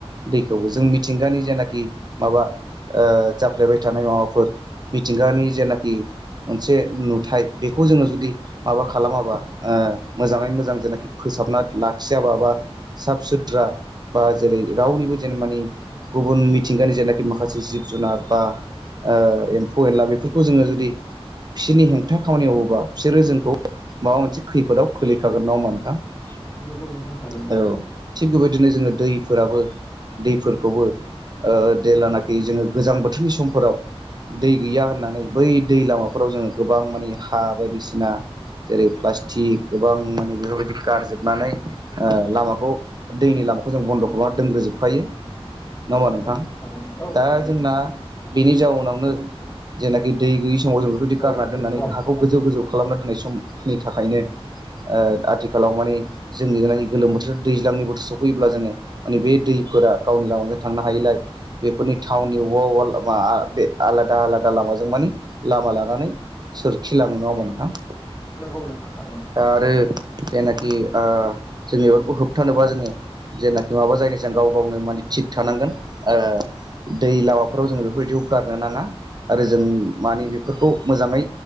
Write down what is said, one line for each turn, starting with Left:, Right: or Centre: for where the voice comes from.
Right: दैखौबो जों मिथिंगानि जेनाखि माबा ओ जाफ्लेबाय थानाय माबाफोर मिथिंगानि जेनाखि मोनसे नुथाय बेखौ जोङो जुदि माबा खालामाबा ओ मोजाङै मोजां जेनाखि फोसाबना लाखियाबा बा साफ सुद्रा बा जेरै रावनि बो जेने मानि गुबुन मिथिंगानि जेनाखि माखासे जिब जुनार बा ओ एम्फौ एनला बेफोरखौ जोङो जुदि फिसिनि हेंथा खामानि मावोबा फिसोरो जोंखौ माबा मोनसे खैफोदाव खोलैखागोन नङा होनबा नोंथां
Left: नोंगौ नोंथां थारैनो
Right: औ थिग बेबायदिनो जोङो दैफोराबो दैफोरखौबो ओ देल्लानाखि जोङो गोजां बोथोरनि समफोराव दै गैया होननानै बै दै लामाफोराव जोङो गोबां माने हा बायदिसिना जेरै प्लास्टिक गोबां माने बेफोरबायदि गारजोबनानै ओ लामाखौ दैनि लामाखौ जों बन्द' खालामनानै दोनग्रोजोबखायो नङा होनबा
Left: नोंगौ
Right: नोंथां
Left: थारैनो औ
Right: दा
Left: थारैनो
Right: जोंना बेनि जाउनावनो जेनाखि दै गैयि समाव जों बेफोरबायदि
Left: नोंथां
Right: गारना दोननानै हाखौ गोजौ गोजौ खालामना दोननाय समनि थाखायनो ओ आथिखालाव माने जों <unintelligible> नाय गोलोम बोथोर दैज्लांनि बोथोर सफैयोब्ला जोङो माने बे दै फोरा गावनि लामाजों थांनो हायिलाय बेफोरनि थाउनि अबा अबा ला मा आ बे आलादा आलादा ला माजों मानि लामा लानानै सोरखिलाङो नङा होनबा नोंथां
Left: नोंगौ नोथां थारैनो
Right: दा आरो जेनाखि ओ जोंनि बेफोरखौ होबथानोबा जोङो जेनाखि माबा जायनि जों गाव गावनो मानि थिग थानांगोन ओ दै लामाफोराव जोङो बेफोरबायदियाव गारनो नाङा आरो जों मानि मोजाङै